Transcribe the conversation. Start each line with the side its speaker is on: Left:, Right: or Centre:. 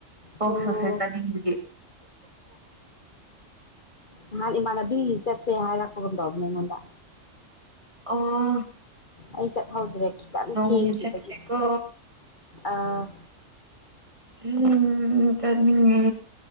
Right: ꯄꯣꯛ
Left: ꯑꯣ
Right: ꯁꯣꯁꯦꯁ ꯆꯅꯤꯡꯕꯒꯤ
Left: ꯅꯍꯟ ꯏꯃꯥꯟꯅꯕꯤ ꯆꯠꯁꯦ ꯍꯥꯏꯔꯛꯄꯒꯝ ꯇꯧꯕꯅꯦ ꯑꯩꯉꯣꯟꯗ
Right: ꯑꯣ
Left: ꯑꯩ ꯆꯠꯍꯧꯗ꯭ꯔꯦ ꯈꯤꯇꯪ
Right: ꯅꯣꯡꯃ
Left: ꯊꯦꯡꯈꯤꯕꯒꯤ
Right: ꯆꯠꯁꯦꯀꯣ
Left: ꯑꯧ
Right: ꯎꯝ ꯆꯠꯅꯤꯡꯉꯦ